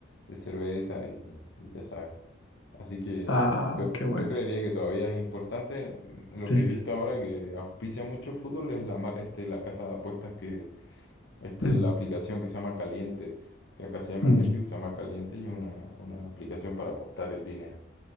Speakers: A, on the left (about 60°); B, on the left (about 80°).
A: de cerveza y, y ya sabes. Así que
B: Ah,
A: yo,
B: qué
A: yo
B: buena.
A: creería que todavía es importante. Mm, Lo
B: Sí.
A: que he visto ahora que auspicia mucho el fútbol es la, mar- este, la casa de apuestas que, este,
B: Mm,
A: la aplicación que se llama Caliente, que acá se llama
B: mm,
A: en México, se llama Caliente y es una, una aplicación para apostar en línea.